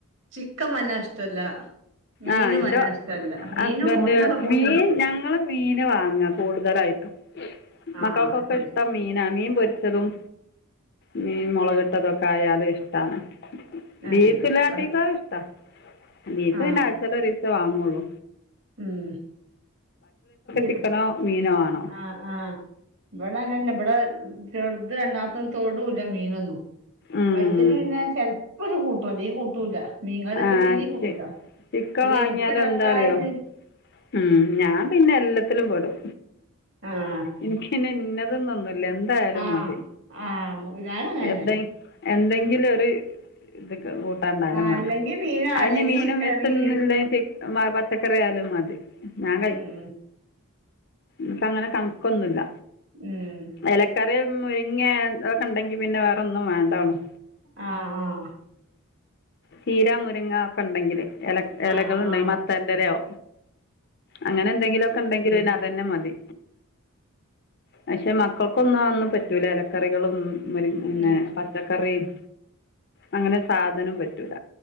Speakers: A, on the right (about 55°); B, on the left (about 50°).
A: ചിക്കം വല്ലാ ഇഷ്ടല്ല, മീനും
B: ആഹ് ഇന്റെ
A: വല്ലാ ഇഷ്ടല്ല മീനും
B: ഹസ്ബൻഡ്
A: ഒന്നൊക്കെ കൂട്ടി
B: മീൻ ഞങ്ങള് മീന് വാങ്ങ കൂടുതലായിട്ടും.
A: ആ
B: മക്കക്കൊക്കെ
A: ശരി
B: ഇഷ്ടം മീനാ മീൻ പൊർച്ചതും മീൻ മുളകിട്ടതൊക്കെ ആയാല് ഇഷ്ടാണ്.
A: ആ
B: ബീഫ് ല്ലാട്ടിക്കാളും
A: ഇവിടെ
B: ഇഷ്ടാ ബീഫ്
A: ആ
B: പിന്ന ആഴ്ച്ചലൊരിക്ക വാങ്ങുള്ളു.
A: ഉം <unintelligible>
B: ചിക്കനോ മീനോ ആണോ
A: ആഹ് ആഹ് ബടെതന്നെ ബടെ മ് ചെർത് രണ്ടാമത്തൊന്നും തൊടൂല്ല മീനൊന്നും
B: ഉം
A: വല് തിന് പിന്നെ ചെലപ്പൊന്ന് കൂട്ടും അല്ലേൽ കൂട്ടൂല. മീൻ കറി വെച്ചാ
B: ആഹ്
A: തീരീൻ കൂട്ടൂല
B: ചി ചിക്കൻ
A: പിന്നെ
B: വാങ്ങിയാലും
A: ഇൻക്ക് ഒരാക്കായിട്ട്.
B: എന്താറിയോ ഉം ഞാൻ പിന്നെ എല്ലാത്തിലും പെടും.
A: ആഹ്
B: ഇൻക്ക് ഇന്നതന്നൊന്നുല്ല എന്തായാലും
A: ആ
B: മതി
A: ആ ഞാനും അങ്ങനെ തന്നെ
B: എന്തയ് എന്തെങ്കിലും ഒരു ഇത് കൂട്ടാണ്ടായാമതി.
A: ആ അല്ലെങ്കിൽ മീനോ
B: അതിന്
A: അല്ലെങ്കിൽ
B: മീനും
A: ചിക്കൻ
B: വെച്ചൊന്നും
A: അല്ലെങ്കിൽ ബീഫ്
B: ഇല്ലാനിറ്റ്. മ പച്ചക്കറി ആയാലും മതി ഞാൻ കഴിക്കും.
A: ഉം
B: ന്ക്ക് അങ്ങനെ കണ്ക്കൊന്നുല്ല.
A: ഉം.
B: എലക്കറി മുരിങ്ങേ ഒക്കെ ഇണ്ടെങ്കി പിന്നെ വേറെ ഒന്നും വേണ്ടാണും.
A: ആഹ് ആഹ്
B: ചീര, മുരിങ്ങ ഒക്കെ ഇണ്ടെങ്കില് എല
A: ആ
B: എലകളുണ്ടെങ്ക
A: ആ ആ
B: മത്തന്റലയോ അങ്ങനെ എന്തെങ്കിലൊക്കെ ഇണ്ടെങ്കില് പിന്നെ അതന്നെ മതി. പക്ഷെ മക്കൾക്കൊന്നും അതൊന്നും പറ്റൂല ഇലക്കറികളൊന്നും. മുരി പിന്നെ
A: ഉം
B: പച്ചക്കറിം അങ്ങനെ സാധനും പറ്റൂല.